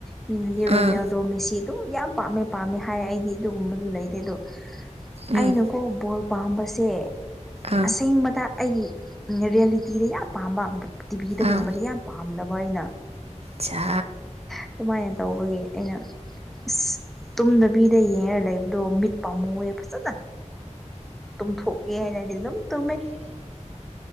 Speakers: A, in the centre; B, on the right.
A: ꯃꯤꯅꯗꯤ ꯔꯣꯅꯦꯜꯗꯣ
B: ꯑꯥ
A: ꯃꯤꯦꯁꯤ ꯑꯗꯨꯝ ꯌꯥꯝ ꯄꯥꯝꯃꯦ ꯄꯥꯝꯃꯦ ꯍꯥꯏ ꯑꯩꯗꯤ ꯑꯗꯨꯒꯨꯝꯕꯗꯨ ꯂꯩꯗꯦ ꯑꯗꯣ
B: ꯎꯝ
A: ꯑꯩꯅꯀꯣ ꯕꯣꯜ ꯄꯥꯝꯕꯁꯦ
B: ꯑꯥ
A: ꯑꯁꯦꯡꯕꯗ ꯑꯩꯒꯤ ꯔꯤꯌꯦꯂꯤꯇꯤꯗ ꯌꯥꯝ ꯄꯥꯝꯕ ꯇꯤꯚꯤꯗꯒꯨꯝꯕꯗ
B: ꯑꯥ
A: ꯌꯥꯝ ꯄꯥꯝꯗꯕ ꯑꯩꯅ
B: ꯆꯥ
A: ꯑꯗꯨꯃꯥꯏꯅ ꯇꯧꯕꯒꯤ ꯑꯩꯅ ꯑꯁ ꯇꯨꯝꯗꯕꯤꯗ ꯌꯦꯡꯉ ꯂꯩꯕꯗꯣ ꯃꯤꯠ ꯄꯥꯝꯃꯨꯑꯦ ꯐꯖꯅ ꯇ ꯊꯣꯛꯀꯅꯗꯤ ꯑꯗꯨ ꯇ